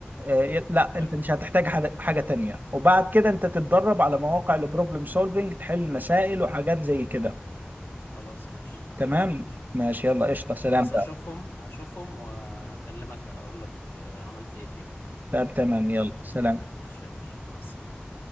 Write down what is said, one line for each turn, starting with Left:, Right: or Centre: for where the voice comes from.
Right: آه ي- لا انت
Left: حلو
Right: مش هتحتاج حد- حاجة تانية وبعد كده انت تتدرب على مواقع البروبلم سولفينج تحل مسائل وحاجات زي كده
Left: خلاص ماشي
Right: تمام
Left: ماشي يا باشا
Right: ماشي يلا قشطة سلام
Left: خلاص هشوفهم
Right: بقى
Left: هشوفهم وهكلمك هقول لك آه، عملت ايه فيهم
Right: تمام تمام يلا سلام
Left: ماشي يا باشا مع السلامة